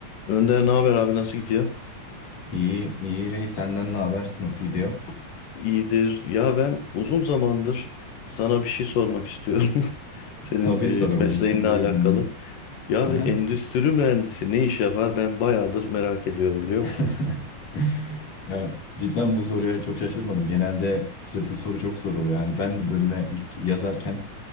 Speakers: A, on the left; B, on the left.
A: Önder ne haber abi nasıl gidiyor?
B: İyi, iyi Rey senden ne haber? Nasıl gidiyor?
A: İyidir. Ya ben uzun zamandır sana bir şey sormak istiyorum. <laughs> Senin
B: Tabii sorabilirsin,
A: e, mesleğinle
B: buyur
A: alakalı.
B: dinliyorum.
A: Ya
B: Aha.
A: bir endüstri mühendisi ne iş yapar? Ben bayağıdır merak ediyorum biliyor
B: <laughs>
A: musun?
B: Ya, cidden bu soruya çok şaşırmadım. Genelde bize bu soru çok soruluyor. Hani ben de bölüme ilk yazarken